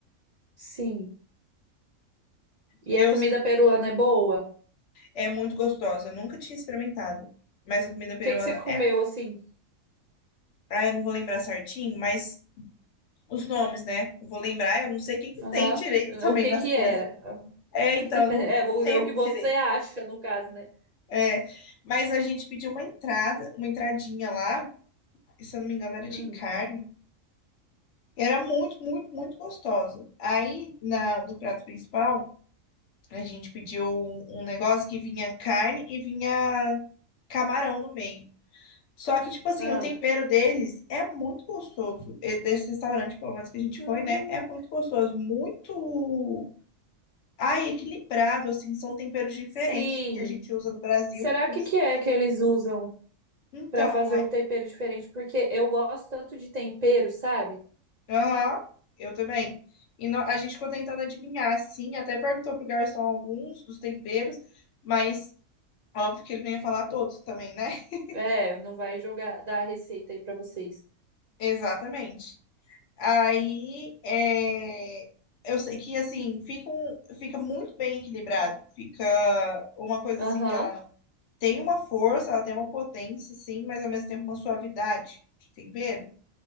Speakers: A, on the right; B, on the left.
A: Sim.
B: Eu,
A: E a comida peruana é boa? O
B: é muito gostosa. Eu nunca tinha experimentado. Mas a comida peruana
A: que que você comeu
B: é.
A: assim?
B: Ah, eu não vou lembrar certinho, mas os nomes, né? Não vou lembrar, eu não sei o que, que
A: Aham.
B: tem direito também
A: O que
B: nas
A: que
B: coisas.
A: era?
B: É, então,
A: <laughs>
B: eu não,
A: É, o
B: não lembro
A: é o que você
B: direito.
A: acha, no caso, né?
B: É, mas a gente pediu uma entrada, uma entradinha lá, e se eu não me engano, era
A: Hum.
B: de carne. E Era muito, muito, muito gostosa. Aí, na, no prato principal, a gente pediu um, um negócio que vinha carne e vinha camarão no meio. Só que, tipo assim,
A: Ah.
B: o tempero deles é muito gostoso. E Desse restaurante, pelo menos que a gente
A: Hum.
B: foi, né? É muito gostoso, muito Ah, e equilibrado, assim, são temperos diferentes
A: Sim.
B: do que a gente usa no Brasil,
A: Será
B: por
A: que
B: isso
A: que
B: que
A: é
B: eu não sei.
A: que eles usam
B: Então,
A: para fazer
B: aí-
A: um tempero diferente? Porque eu gosto tanto de tempero, sabe?
B: aham, eu também. E nó- a gente ficou tentando adivinhar, assim, até perguntou pro garçom alguns dos temperos, mas óbvio que ele não ia falar todos também, né? <laughs>
A: É, não vai jogar dar a receita aí para vocês.
B: Exatamente. Aí, é, eu sei que, assim, fica, um- fica muito bem equilibrado, fica uma coisa,
A: Aham.
B: assim, que ela tem uma força, ela tem uma potência, assim, mas ao mesmo tempo uma suavidade de tempero.